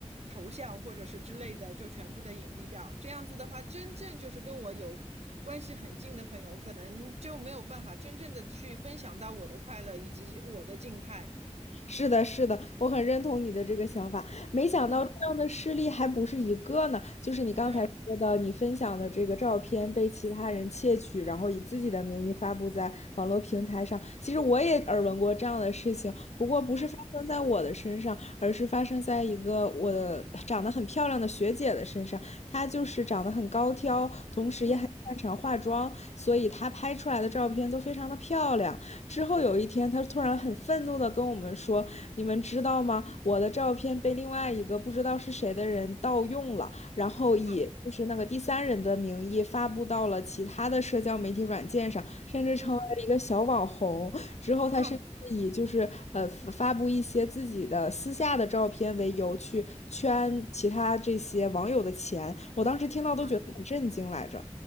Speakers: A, on the right (about 60°); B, on the left (about 65°).
A: 头像或者是之类的就全部的隐蔽掉。这样子的话，真正就是跟我有关系很近的朋友，可能就没有办法真正的去分享到我的快乐以及我的静态。
B: 是的，是的，我很认同你的这个想法。没想到这样的事例还不是一个呢，
A: 嗯，
B: 就是你刚才说的，
A: 对啊，
B: 你分享的这个照片被其他人窃取，然后以自己的名义发布在网络平台上。其实我也耳闻过这样的事情，不过不是发生在我的身上，
A: 嗯
B: 而是发生在一个我的长得很漂亮的学姐的身上。她就是长得很高挑，同时也很擅长化妆，
A: 嗯，
B: 所以她拍出来的照片都非常的漂亮。之后有一天，他突然很愤怒的跟我们说：“你们知道吗？我的照片被另外一个不知道是谁的人盗用了，然后以就是那个第三人的名义发布到了其他的社交媒体软件上，
A: 好，
B: 甚至成为了一个小网红。”之后，
A: 嗯
B: 他甚至以就是呃发布一些自己的私下的照片为由去圈其他这些网友的钱。
A: 啊。
B: 我当时听到都觉得很震惊来着。
A: 哇